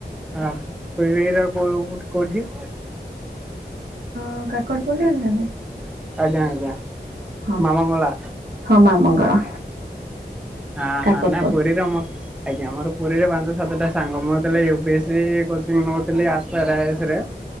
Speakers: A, in the centre; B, on the right.
A: ଓ ସେଇଟା ପୁଣି କୋଉ କୋଉଠି?
B: ହଁ କାକଟ <unintelligible>
A: ଆଜ୍ଞା ଆଜ୍ଞା।
B: ହଁ
A: ମା ମଙ୍ଗଳା
B: ହଁ ମା ମଙ୍ଗଳା।
A: ହାଁ
B: କାକଟପୁର
A: ହାଁ ନା ପୁରୁ ରେ ଆମ ଆଜ୍ଞା ମୋର ପୁରୀରେ ପାଞ୍ଚ ସାତଟା ସାଙ୍ଗ ମୁଁ ଯେତେବଳେ ୟୁପିଏସ ସି କୋଚିଂ ନଉଥିଲି ଆ <unintelligible>